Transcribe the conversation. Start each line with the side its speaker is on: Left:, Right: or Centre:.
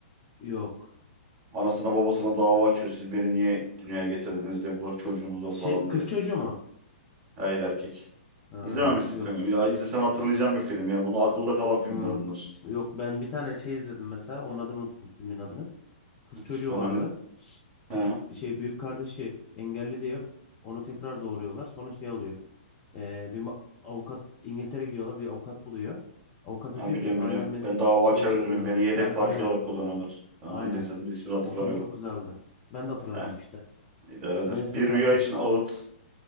Left: yok.
Right: Anasına babasına dava açıyor. Siz beni niye dünyaya getirdiniz diye. Bu kadar çocuğunuz var
Left: Şey
Right: falan
Left: kız
Right: diye.
Left: çocuğu mu?
Right: Hayır erkek.
Left: Ha
Right: İzlememişsin
Left: yok.
Right: kanka. Ya izlesen hatırlayacağım bir film ya. Bunu akılda kalan
Left: Hmm,
Right: filmler bunlar.
Left: Yok ben bir tane şey izledim mesela. Onun adını unuttum filmin adını. kız çocuğu
Right: Sonra
Left: vardı.
Right: ne? He.
Left: Küçük şey büyük kardeşi engelli diye onu tekrar doğuruyorlar. Sonra şey oluyor. Ee, bir ma- avukat İngiltere gidiyorlar. Bir avukat buluyor. Avukata
Right: Ha,
Left: diyor
Right: biliyorum
Left: ki ailem
Right: biliyorum.
Left: beni
Right: Ben dava
Left: şey
Right: açabilir
Left: için kullanıyordu.
Right: miyim? Beni yedek
Left: Ha
Right: parça
Left: aynen.
Right: olarak kullanıyorlar. Tamam
Left: Aynen.
Right: onu da izledim de ismini hatırlamıyorum.
Left: O film çok güzeldi. Ben de hatırlamıyorum
Right: Eh
Left: işte.
Right: idare eder.
Left: Neyse
Right: Bir
Left: kanka.
Right: rüya için ağıt.